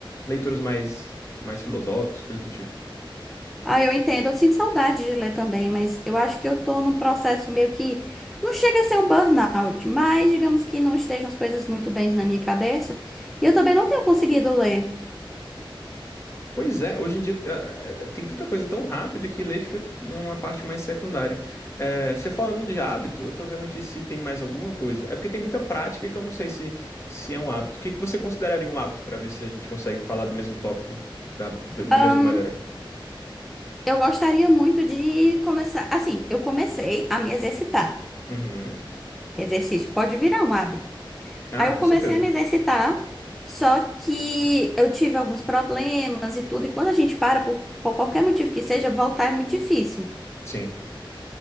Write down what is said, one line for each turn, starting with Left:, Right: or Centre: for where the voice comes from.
Left: leituras mais, mais filosóficas, coisas do tipo.
Centre: Ah, eu entendo, eu sinto saudade de ler também, mas eu acho que eu tô num processo meio que não chega a ser um burnout, mas digamos que não estejam as coisas muito bem na minha cabeça, e eu também não tenho conseguido ler.
Left: Pois é, hoje em dia tá, eh, tem tanta coisa tão rápida que ler fica numa parte mais secundária. Eh, você falando de hábito, eu tô vendo aqui se tem mais alguma coisa. É porque tem muita prática que eu não sei se, se é um hábito. O que que você consideraria um hábito para ver se a gente consegue falar do mesmo tópico da, da, da
Centre: Ahn,
Left: mesma maneira?
Centre: eu gostaria muito de começar, assim, eu comecei a me exercitar.
Left: Uhum.
Centre: Exercício pode virar um hábito.
Left: Ah,
Centre: Aí eu
Left: com
Centre: comecei
Left: certeza.
Centre: a me exercitar, só que eu tive alguns problemas e tudo, e quando a gente para, por, por qualquer motivo que seja, voltar é muito difícil.
Left: Sim.